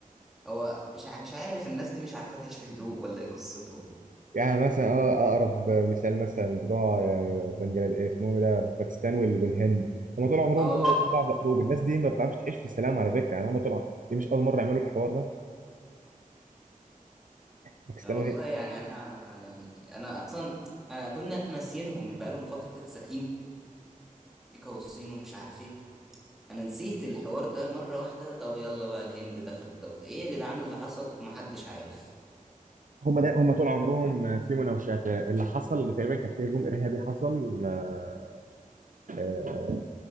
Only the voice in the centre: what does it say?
هو مش ع... مش عارف الناس دي مش عارفة تعيش في هدوء ولا ايه قصتهم
اه
آه والله
يعني انا يعني انا اصلا انا كنا ناسيينهم بقى لهم فترة كده ساكتين امريكا والصين ومش عارف ايه انا نسيت الحوار ده مرة واحدة طب يلا بقى الهند دخلت طب ايه يا جدعان اللي حصل محدش عارف